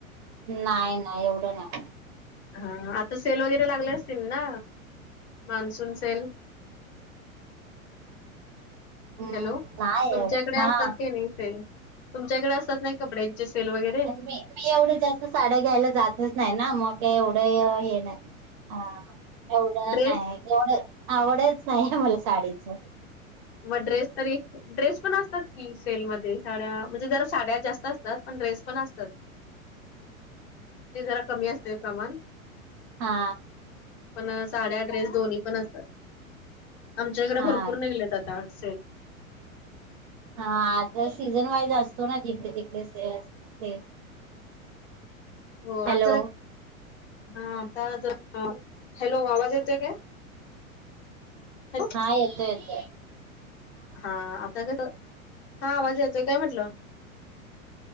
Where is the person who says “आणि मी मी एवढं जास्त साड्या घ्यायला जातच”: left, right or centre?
Right